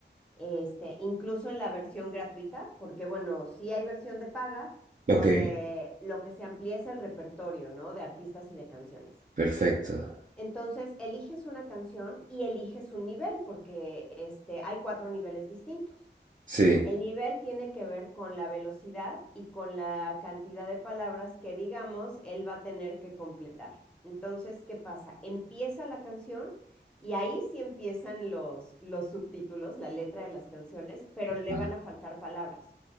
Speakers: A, in the centre; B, on the right (about 45°).
A: este, incluso en la versión gratuita, porque bueno, sí hay versión de paga
B: ok,
A: donde lo que se amplía es el repertorio, ¿no? De artistas y de canciones.
B: perfecto.
A: Entonces, eliges una canción y eliges un nivel, porque este, hay cuatro niveles distintos.
B: Sí,
A: El nivel tiene que ver con la velocidad y con la cantidad de palabras que, digamos, él va a tener que completar. Entonces, ¿qué pasa? Empieza la canción y ahí sí empiezan los, los subtítulos, la letra de las canciones, pero le
B: ah,
A: van a faltar palabras.